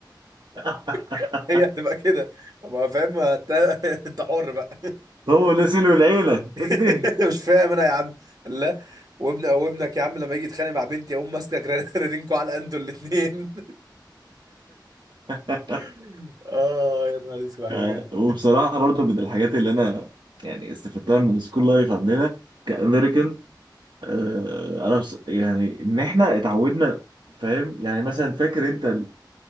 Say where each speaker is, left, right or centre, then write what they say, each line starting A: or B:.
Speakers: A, on the right; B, on the right.
A: <laughs>
B: <laughs> هي هتبقى كده ما فاهم انت <laughs> انت حر بقى
A: هو اللي سلو العيله
B: <laughs>
A: اكده
B: مش فاهم انا يا عم لا وابن وابنك يا عم لما يجي يتخانق مع بنتي اقوم ماسكك <laughs> رنينكو على انتوا الاثنين
A: <laughs>
B: <laughs> اه يا نهار اسود بجد
A: آه، وبصراحة برضو من الحاجات اللي أنا يعني استفدتها من السكول لايف عندنا كأمريكان
B: مم.
A: آه، أنا بص... يعني إن إحنا اتعودنا فاهم يعني مثلا فاكر أنت